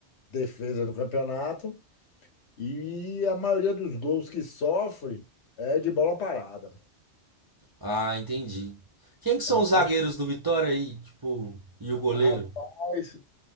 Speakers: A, on the left; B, on the right.
A: defesas do campeonato e a maioria dos gols que sofre é de bola parada.
B: Ah, entendi. Quem que são
A: É um
B: os
A: fecho.
B: zagueiros do Vitória aí, tipo, e o goleiro?
A: Rapaz,